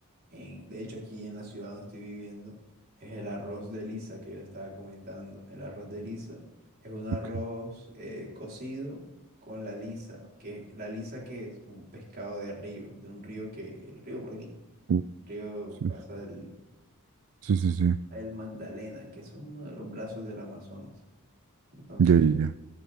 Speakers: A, on the right (about 45°); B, on the right (about 65°).
A: en- de hecho aquí en la ciudad donde estoy viviendo, es el arroz de lisa que yo te estaba comentando. El arroz de lisa es un arroz
B: Ok.
A: eh, cocido con la lisa, que la lisa que es un pescado de río, de un río que, el río por aquí,
B: Uh,
A: río
B: Sí,
A: pasa el,
B: sí, sí, sí.
A: el Magdalena, que es uno de los brazos del Amazonas. Entonces,
B: Ya, ya, ya.